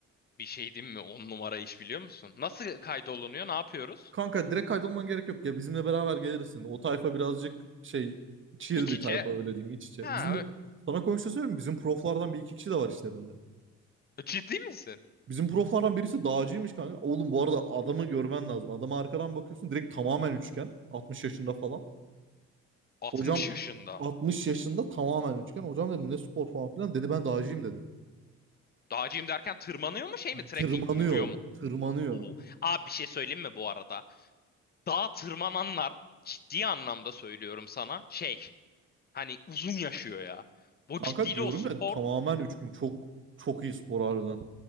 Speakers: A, on the left; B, on the right.
A: Bir şey diyeyim mi? On numara iş biliyor musun? Nasıl kaydolunuyor? Ne yapıyoruz?
B: Kanka direkt kaydolman gerek yok ya. Bizimle beraber gelirsin. O tayfa birazcık şey chill
A: İç
B: bir
A: içe.
B: tayfa öyle diyeyim iç içe.
A: Ha,
B: Bizim sana komşu söyleyeyim mi? bizim proflardan bir iki kişi de var işlerinde.
A: ö- ciddi misin?
B: Bizim proflardan birisi dağcıymış kanka. Oğlum bu arada adamı görmen lazım. Adama arkadan bakıyorsun direkt tamamen üçgen. 60 yaşında falan.
A: 60
B: Hocam
A: yaşında.
B: 60 yaşında tamamen üçgen. Hocam dedim ne spor falan filan. Dedi ben dağcıyım dedi.
A: Dağcıyım derken tırmanıyor mu şey mi? Trekking
B: Tırmanıyor.
A: mi? Yürüyor mu?
B: Tırmanıyor.
A: Oo. Abi bir şey söyleyeyim mi bu arada? Dağa tırmananlar ciddi anlamda söylüyorum sana. Şey hani uzun yaşıyor ya. Bu
B: Kanka
A: ciddiyle
B: diyorum
A: o spor
B: ya tamamen üçgen. Çok çok iyi spor harbiden.